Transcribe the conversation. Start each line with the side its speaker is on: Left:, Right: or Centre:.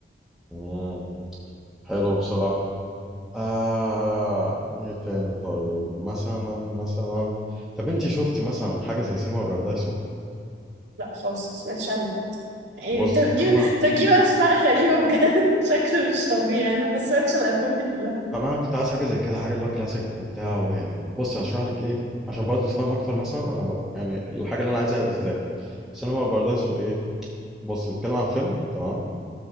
Centre: مم. حلو بصراحة آه ايه تاني طيب مثلا مثلا طب انت شفتي مثلا حاجة زي سينما بارادايسو
Right: لا خالص ما سمعتش عنه حتى يعني
Centre: بصي
Right: انت بتجيب
Centre: السينما
Right: انت بتجيب اسماء غريبه بجد <laughs> شكله مش طبيعي انا ما سمعتش عن الافلام دي كلها
Centre: ما انا كنت عايز حاجة زي كده حاجة اللي هو كلاسيك وبتاع يعني بصي هشرح لك ايه عشان برضه تفهم اكتر مثلا انا بقى يعني الحاجة اللي انا عايزها ازاي سينما بارادايسو ايه بص بيتكلم عن فيلم تمام